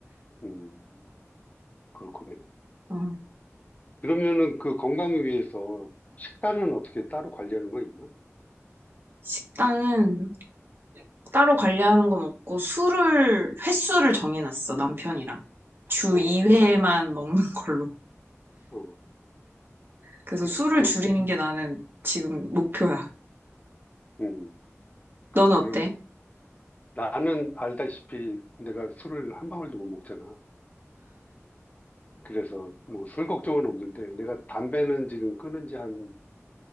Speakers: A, on the left; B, on the right.
A: 음, 그렇군요.
B: 어,
A: 그러면은 그 건강을 위해서 식단은 어떻게 따로 관리하는 거 있나?
B: 식단은 따로 관리하는 건 없고 술을 횟수를 정해놨어 남편이랑 주
A: 어,
B: 2회만 먹는 <laughs> 걸로.
A: 어,
B: 그래서
A: 그,
B: 술을
A: 그,
B: 줄이는 게 나는 지금 목표야.
A: 음,
B: 너는 어때?
A: 그러네. 나는 알다시피 내가 술을 한 방울도 못 먹잖아. 그래서 뭐 술 걱정은 없는데 내가 담배는 지금 끊은 지 한